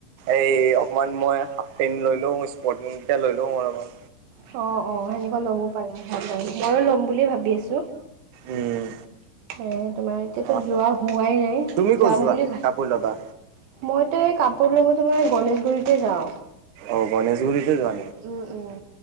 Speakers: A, on the right (about 65°); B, on the right (about 90°).
A: এই অকমান। মই হাফ পেণ্ট লৈ লও স্পৰ্টি কেইটা লৈ লও অলপ মান
B: অ', অ সেনেকুৱা ল'ব পাৰে ভাল হয় ময়ো লম বুলি ভাবি আছোঁ।
A: উম,
B: এ তোমাৰ এতিয়াতো
A: অ',
B: যোৱা হোৱাই নাই
A: তুমি ক'ত
B: যাম
A: যোৱা
B: বুলি ভাব
A: কাপোৰ ল'বা?
B: মইতো এই কাপোৰ ল'ব তোমাৰ গণেশগুৰিতে যাওঁ।
A: অ গণেশগুৰিতে যোৱা।
B: উম উম।